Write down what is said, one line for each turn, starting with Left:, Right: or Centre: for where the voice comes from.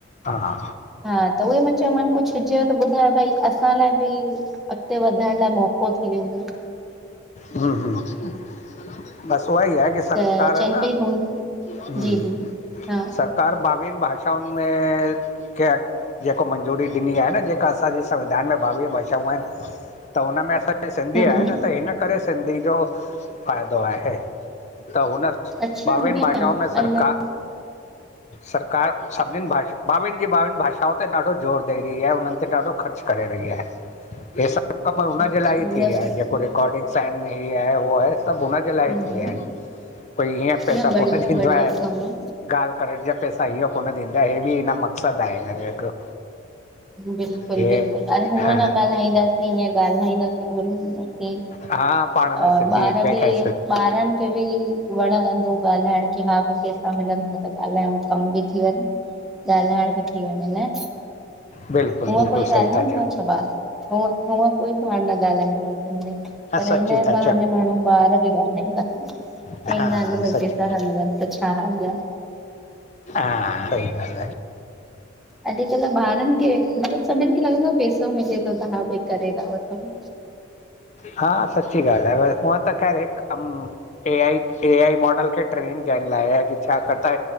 Left: हा
Centre: हा त उहे मां चयोमानि कुझु कुझु हुजेव त ॿुधायो भई असां लाइ बि अॻिते वधण लाइ मौको थी वेंदो।
Left: हम् ह्म बस उहा ई आहे कि सरकार
Centre: त
Left: आहे
Centre: चइनि
Left: न
Centre: पई हूं जी जी हा
Left: सर कार ॿावीहनि भाषाउनि में चेट जेको मंजूरी ॾिनी आहे न जेका असांजे संविधान में ॿावीह भाषाऊं आहिनि त हुन मेंअसां सिंधी
Centre: हूं
Left: आहे
Centre: हूं
Left: न त ही न करे सघंदी जो फ़ाइदो आहे त हुन
Centre: अच्छा
Left: ॿावीहनि
Centre: ईअं
Left: भाषाऊंनि में सरकार
Centre: अलाए
Left: सरकार सभिनिनि भाषा ॿावीनि जी ॿावीहनि भाषाउनि ते ॾाढो ज़ोर ॾई रही आहे उन्हनि ते ॾाढो ख़र्च करे रही आहे हे सभु कम हुन
Centre: अच्छा
Left: जे लाइ ई
Centre: न
Left: थी रहिया आहिनि
Centre: सुठो
Left: जेको अकॉडिंग साइन में हीअ आहे उहो आहे सभु हुनजे लाइ
Centre: हूं
Left: थी
Centre: हूं
Left: विया आहिनि कोई ईअं ई पैसा
Centre: न बढ़िया
Left: कोन ॾींदो
Centre: बढ़िया
Left: आहे ॻाल्हि
Centre: कमु
Left: करण जा पैसा इहो कोन ॾींदा ईहे बि हिन मक़सदु आहे हिन जो हिकु
Centre: बिल्कुलु
Left: हे
Centre: बिल्कुलु अरे हूअं
Left: हा
Centre: न ॻाल्हाईंदासीं ईअं ॻाल्हाईंदासीं ग्रुप में ह्म
Left: हा पाण में
Centre: और
Left: सिंधी
Centre: ॿार
Left: हिक ॿिए
Centre: बि
Left: खे
Centre: ॿारनि खे बि वणंदो ॻाल्हाइण की हा भई पैसा मिलनि था त ॻाल्हायूं कम बि थी वञे ॻाल्हाइण बि थी वञे न
Left: बिल्कुलु
Centre: हूअं
Left: बिल्कुलु
Centre: कोई
Left: सही
Centre: ॻाल्हाईंदो
Left: था चओ
Centre: आहे छा ॿारु हूंअ कोई ॿारु न ॻाल्हाईंदो आहे सिंधी पर
Left: सची
Centre: इन्हें ई
Left: था
Centre: बहाने
Left: चओ
Centre: माण्हू ॿार बि ॻाल्हाईंदा चवंदा
Left: हा
Centre: आहिनि भई
Left: सची
Centre: पैसा था मिलनि त छा हर्जु आहे इ।
Left: हा सही ॻाल्हि आहे।
Centre: अॼु काल्ह ॿारनि मतिलबु सभिनि खे लॻंदो आहे पैसो मिले थो त हा भई करे था वठऊं।
Left: हा सची ॻाल्हि आहे पर हूंअ त ख़ैर कम A I A I model खे ट्रेनिंग ॾियण लाइ कि छाकाणि त